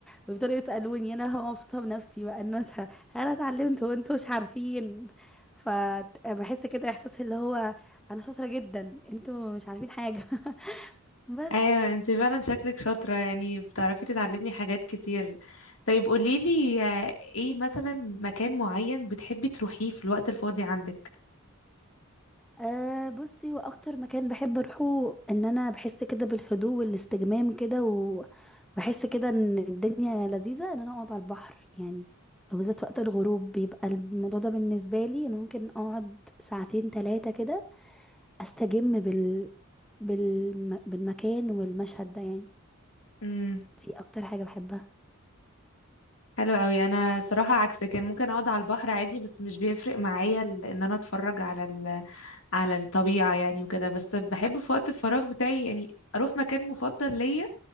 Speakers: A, in the centre; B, on the left.
A: ويفضلوا يسألوني انا هبقى مبسوطة بنفسي بقى ان انا انا اتعلمت وانتوا مش عارفين فبحس كده احساس اللي هو انا شاطرة جدا انتوا مش عارفين حاجة <laughs> بس
B: ايوه انتي فعلا شكلك شاطرة يعني بتعرفي تتعلمي حاجات كتير طيب قوليلي آه، ايه مثلا مكان معين بتحبي تروحيه في الوقت الفاضي عندك
A: أه بصي هو اكتر مكان بحب اروحه ان انا بحس كده بالهدوء والاستجمام كده وبحس كده ان الدنيا لذيذة ان انا اقعد على البحر يعني وبالذات وقت الغروب بيبقى الموضوع ده بالنسبة لي انا ممكن اقعد ساعتين ثلاثة كده استجم بال... بالم... بالمكان والمشهد ده يعني
B: امم
A: دي اكتر حاجة بحبها
B: حلو قوي انا صراحة عكسك يعني ممكن اقعد على البحر عادي بس مش بيفرق معايا ال- ان انا اتفرج على على الطبيعة يعني وكده بس بحب في وقت الفراغ بتاعي يعني أروح مكان مفضل ليا